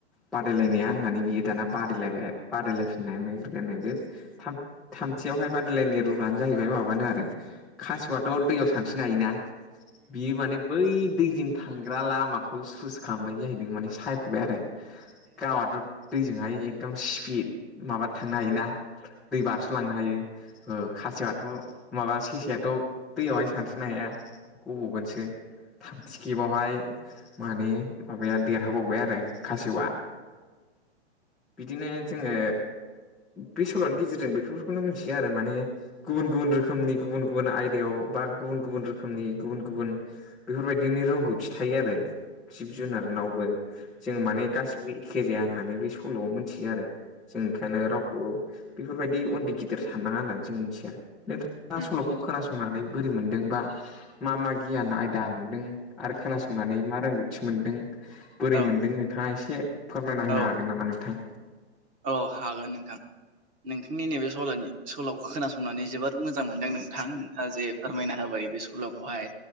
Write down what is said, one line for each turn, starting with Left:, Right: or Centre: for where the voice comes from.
Centre: बादायलायनाया होननानै बियो दाना बादायलायबाय बादायलायफिननानै गेलेगोन था थामथियावहाय बादायलायनाय रुलानो जाहैबाय माबानो आरो खासेवआथ' दैयाव सानस्रिनो हायोना बियो माने बै दैजों थांग्रा लामाखौ सुइस खालामबाय जाहैदों माने सायख'बाय आरो गावाथ' दैजोंहाय एकदम स्पिपिड माबा थांनो हायोना दै बारस'लांनो हायो खासेवआथ' माबा सेसायाथ' दैयावहाय सानस्रिनो हाया गब'गोनसो थामथिखेबावहाय माने माबाया देरहाबावबाय आरो खासेवआ
Right: <inaudible>
Centre: बिदिनो जोङो बे सल'नि गेजेरजों बेफोरखौनो मिथियो आरो माने गुबुन गुबुन रोखोमनि गुबुन गुबुन आयदायाव बा गुबुन गुबुन रोखोमनि गुबुन गुबुन बेफोरबायदिनो रोंगौथि थायो आरो जिब जुनारनावबो जों माने गासिबो एखे जाया होननानै बे सल'आव मोनथियो आरो जों ओंखायनो रावखौ बेफोरबायदि उन्दै गिदिर साननाङा होननानै जों मिथिया नोंथाङा
Right: औ
Centre: सल'खौ खोनासंनानै बोरै मोनदोंबा मा मा गियान आयदा मोनदों आरो खोनासंनानै मा रोंगौथि मोनदों बोरै
Right: औ
Centre: मोनदों नों नोंथाङा एसे फोरमायना
Right: औ
Centre: होनो हागोन नामा नोंथां?
Right: औ हागोन नोंथां नोंथांनि नैबे सल'नि सल'खौ खोनासंनानै जोबोर मोजां मोनदों नोंथां नोंथाङा जे फोरमायना होबाय बे सल' सल'खौहाय